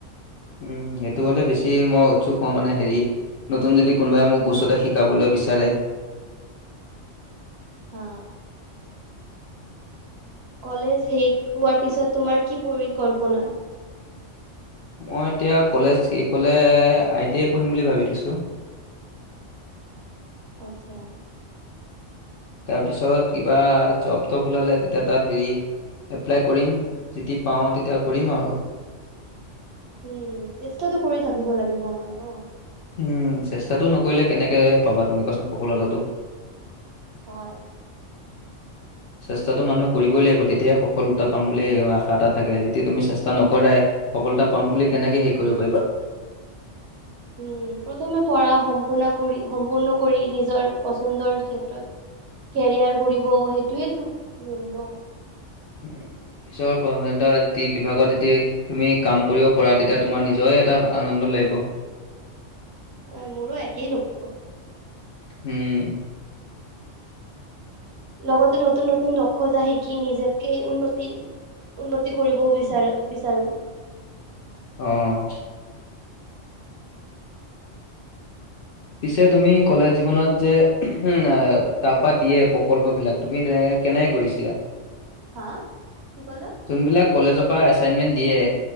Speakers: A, on the left; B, on the right.
A: উম, সেইটো হ'লে বেছি মই উৎসুক হওঁ মানে হেৰি নতুন যদি কোনোবাই মোক বস্তুতে শিকাবলৈ বিচাৰে
B: হা কলেজ শেষ হোৱাৰ পিছত তোমাৰ কি পৰিকল্পনা?
A: মই এতিয়া কলেজ শেষ হ'লে আই টি আই পঢ়িম বুলি ভাবি থৈছোঁ।
B: আচ্ছা।
A: তাৰপিছত কিবা জপ টপ ওলালে তেতিয়া তাত হেৰি এপ্লাই কৰিম যদি পাওঁ তেতিয়া কৰিম আৰু
B: উম, চেষ্টাতটো কৰি থাকিব লাগিব আমাৰ ন'।
A: উম, চেষ্টাটো নকৰিলে কেনেকে পাবা তুমি কোৱাচোন সফলতাটো।
B: হয়।
A: চেষ্টাতটো মানুহে কৰিবই লাগিব তেতিয়াহে সফলতা পাম বুলি আশা এটা থাকে যদি তুমি চেষ্টা নকৰাই সফলতা পাম বুলি কেনেকে হেৰি কৰিব পাৰিবা?
B: উম প্ৰথমে পঢ়া সম্পূৰ্ণ কৰি সম্পূৰ্ণ কৰি নিজৰ পচন্দৰ ক্ষেত্ৰত কেৰিয়াৰ কৰিব সেইটোয়েই তো মেইন ন'।
A: নিজৰ প্ৰ <unintelligible> য বিভাগত যেতিয়া তুমি কাম কৰিব পাৰা তেতিয়া তোমাৰ নিজৰে এটা আনন্দ লাগিব।
B: হয় মোৰো একেই লক্ষ্য।
A: উম।
B: লগতে নতুন নতুন দক্ষতা শিকি নিজেক উন্নতি উন্নতি কৰিব বিচাৰো বিচাৰো।
A: অ'। পিছে তুমি কলেজ জীৱনত যে তাৰপা দিয়ে প্ৰকল্পবিলাক তুমি তেনেকে কেনেকে কৰিছিলা?
B: হা কি ক'লা?
A: যোনবিলাক কলেজৰ পৰা এছাইনমেণ্ট দিয়ে